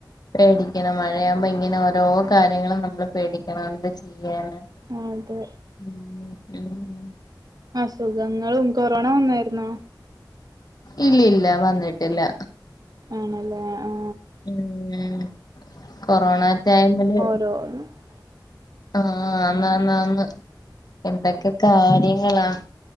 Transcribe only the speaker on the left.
പേടിക്കണം മഴയാവുമ്പോ ഇങ്ങനെ ഓരോ കാര്യങ്ങളും നമ്മള് പേടിക്കണം. എന്ത് ചെയ്യാനാ.
<unintelligible>
ഇല്ലില്ല വന്നിട്ടില്ല.
പിന്നെ കൊറോണ ടൈമില്
ആഹ് ആന്ന് ആന്ന് ആന്ന് എന്തൊക്കെ കാര്യങ്ങളാ